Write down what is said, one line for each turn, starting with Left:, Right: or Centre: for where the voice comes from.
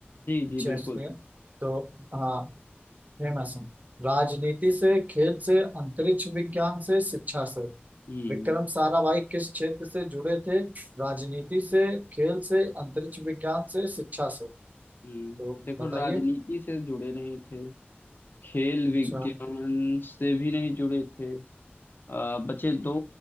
Left: जी जी
Right: चेस
Left: बिल्कुल
Right: से तो हाँ फेमस है राजनीति से खेल से अंतरिक्ष विज्ञान से शिक्षा से
Left: हम्म
Right: विक्रम साराभाई किस क्षेत्र से जुड़े थे राजनीति से खेल से अंतरिक्ष विज्ञान से शिक्षा से
Left: हम्म
Right: तो
Left: देखो
Right: बताइए
Left: राजनीति से जुड़े नहीं थे खेल
Right: अच्छा
Left: विज्ञान से भी नहीं जुड़े थे आ, बचे दो